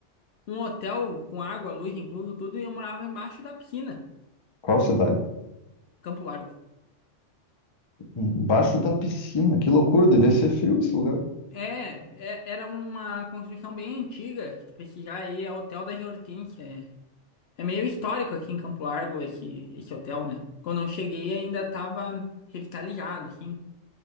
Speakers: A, on the left (about 60°); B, on the left (about 35°).
A: um hotel com água, luz incluso, tudo, e eu morava embaixo da piscina,
B: Qual cidade?
A: Campo Largo.
B: Embaixo da piscina. Que loucura, devia ser frio esse lugar.
A: É, é- era uma construção bem antiga, se tu pesquisar aí, é Hotel das Hortênsias. É, é meio histórico aqui em Campo Largo esse, esse hotel, né? Quando eu cheguei ainda estava revitalizado, assim.